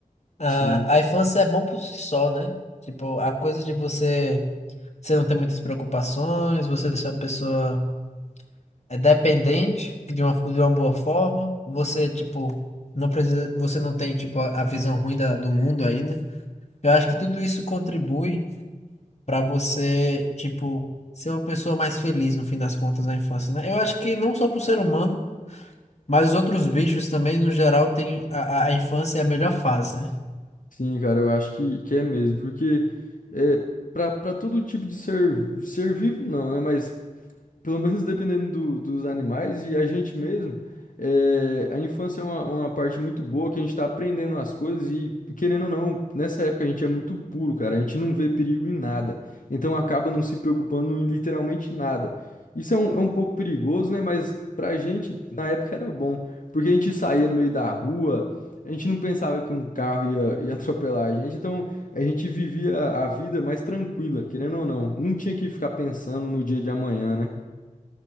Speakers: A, on the left; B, on the left.
A: Ah,
B: Sim,
A: a infância é bom por si só, né? Tipo, a coisa de você, você não ter muitas preocupações, você ser uma pessoa é dependente de uma, de uma boa forma, você, tipo, não precisa, você não tem, tipo, a, a visão ruim da, do mundo ainda. Eu acho que tudo isso contribui para você, tipo, ser uma pessoa mais feliz no fim das contas na infância, né? Eu acho que não só pro ser humano, Mas os outros bichos também, no geral, tem a, a a infância é a melhor fase, né?
B: sim, cara, eu acho que, que é mesmo, porque é, para para todo tipo de ser, ser vivo, não, né? Mas pelo menos dependendo do- dos animais e a gente mesmo, é, a infância é uma, uma parte muito boa que a gente tá aprendendo as coisas e, querendo ou não, nessa época a gente é muito puro, cara. A gente não vê perigo em nada. Então acaba não se preocupando em literalmente nada. Isso é um, é um pouco perigoso, né? Mas pra gente, na época era bom, porque a gente saía no meio da rua. A gente não pensava que um carro ia, ia <laughs> atropelar a gente, então a gente vivia a vida mais tranquila, querendo ou não. Não tinha que ficar pensando no dia de amanhã, né?